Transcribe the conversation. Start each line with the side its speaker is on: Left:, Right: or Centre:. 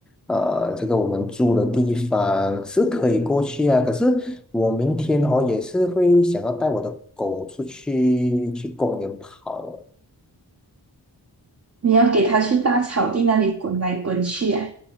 Centre: 呃，这个我们住的地方是可以过去啊。可是我明天哦也是会想要带我的狗出去去公园跑啊
Right: 你要给他去大草地那里滚来滚去啊，